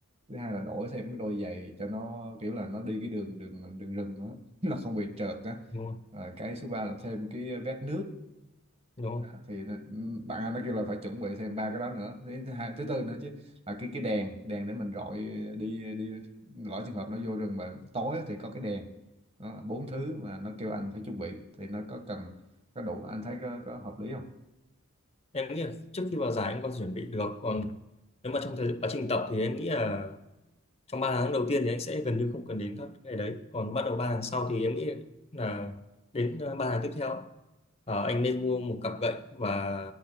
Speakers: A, on the right (about 30°); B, on the left (about 30°).
A: thứ hai là đổi thêm cái đôi giày cho nó kiểu là nó đi cái đường đường đường rừng nữa <laughs> là không bị trượt á
B: đúng không
A: à, cái số 3 là thêm cái ờ, vét nước
B: đúng không
A: đó, thì nó- ừ, bạn anh nó kêu là phải chuẩn bị thêm ba cái đó nữa thứ thứ hai thứ tư nữa chứ là cái cái đèn đèn để mình rọi đi đi lỡ trường hợp nó vô rừng mà tối á thì có cái đèn đó là bốn thứ mà nó kêu anh phải chuẩn bị thì nó có cần có đủ anh thấy có, có hợp lý không
B: em nghĩ là trước khi vào giải anh có thể chuẩn bị được còn nếu mà trong thời quá trình tập thì em nghĩ là trong 3 tháng đầu tiên thì anh sẽ gần như không cần đến các cái đấy còn bắt đầu 3 tháng sau thì em nghĩ là đến ờ, 3 tháng tiếp theo ấy, ờ, anh nên mua một cặp gậy và